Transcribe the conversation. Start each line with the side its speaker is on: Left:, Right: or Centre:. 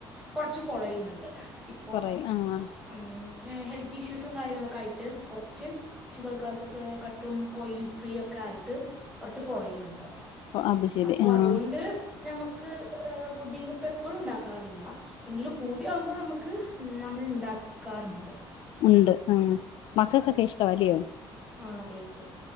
Centre: കുറച്ച് ഫോളോ ചെയ്യുന്നുണ്ട് ഇപ്പോ
Left: കൊറേ ആഹ്
Centre: ഉം ഹെൽത്ത് ഇഷ്യൂസും കാര്യങ്ങളൊക്കെ ആയിട്ട് കുറച്ച് ഷുഗർ കാ കട്ട് കട്ടും ഓയിൽ ഫ്രീ ഒക്കെ ആയിട്ട് കുറച്ച് ഫോളോ ചെയ്യുന്നുണ്ട്
Left: അത് ശരി
Centre: അപ്പോ
Left: ആഹ്
Centre: അതുകൊണ്ട് നമുക്ക് വുഡിങ്ങ് ഇപ്പ എപ്പോഴും ഉണ്ടാക്കാറില്ല എങ്കിലും പൂതിയാവുമ്പോ നമുക്ക് നമ്മൾ ഇണ്ടാക്കാറുണ്ട്
Left: ഉണ്ട് അഹ് മക്കൾക്കൊക്കെ ഇഷ്ടം അല്ലിയോ
Centre: ആഹ് അതെ അതെ